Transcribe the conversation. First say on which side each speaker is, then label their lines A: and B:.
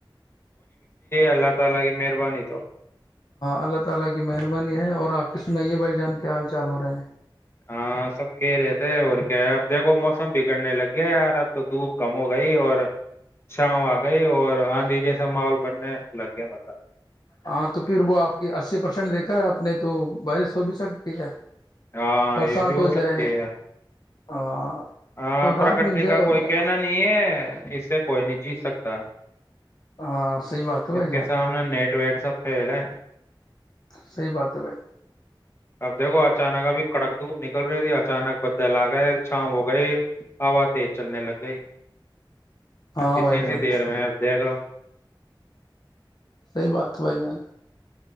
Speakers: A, on the left (about 50°); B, on the left (about 30°).
A: اور
B: اللہ تعالی کی مہربانی <unintelligible>
A: اللہ تعالی کی مہربانی ہے اور اپ کی سنائیے بھائی جان کیا حال چال ہو رہا ہے
B: ہاں سب کہہ رہے تھے اور کیا ہے اب دیکھو موسم بگڑنے لگ گیا یار اب تو دھوپ کم ہو گئی اور چاں آ گئی اور آندھی جیسا ماحول بننے لگ گیا مسب
A: ہاں تو پھر وہ آپ کی اسی پرسینٹ دیکھا ہے آپ نے تو بارش ہو بھی سکتی ہے
B: ہاں
A: برسات
B: یہ بھی ہو سکتی
A: جائے
B: ہے
A: <inaudible>
B: ہاں
A: تو رات
B: پرکرتی
A: مل جائے
B: کا
A: اور
B: کوئی
A: کیا
B: کہنا نہیں ہے اسے کوئی نہیں جی سکتا <inaudible>
A: <unintelligible>
B: اس
A: جان
B: کے سامنے نیٹ وٹ سپ لے
A: صحی بات ہے بھائی
B: اب دیکھو اچانک ابھی کڑک دھوپ نکل رہی تھی اچانک بدل آ گئے چھا ہو گئی ہا تیز چلنے لگ گئی
A: ہاں
B: اتنی
A: بھائی جان
B: سی دیر میں دیکھ رہا
A: صحی بات ہو بھائی جان